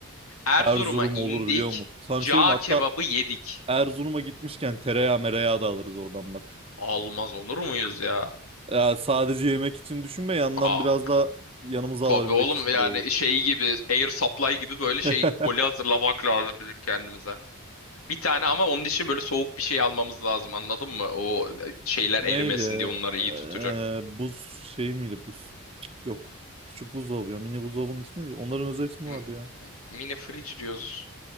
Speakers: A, on the left (about 85°); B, on the right (about 25°).
A: Erzurum'a
B: Erzurum
A: indik.
B: olur biliyor musun? Samşerim
A: Cağ
B: hatta
A: kebabı yedik.
B: Erzurum'a gitmişken tereyağı mereyağı da alırız oradan bak.
A: Almaz olur muyuz ya?
B: Ya sadece yemek için düşünme yandan
A: Aa,
B: biraz da yanımıza
A: tabii
B: alabilmek
A: oğlum
B: için
A: yani
B: de olur.
A: şey gibi air supply gibi böyle
B: <laughs>
A: şey koli hazırlamak lazım bizim kendimize. Bir tane ama onun için böyle soğuk bir şey almamız lazım anladın mı? O şeyler
B: Neydi?
A: erimesin diye onları iyi
B: Ee,
A: tutacak.
B: buz şey miydi buz? Yok. Küçük buzdolabı ya. Mini buzdolabının ismi neydi? Onların özel ismi
A: M-
B: vardı ya.
A: mini fridge diyoruz.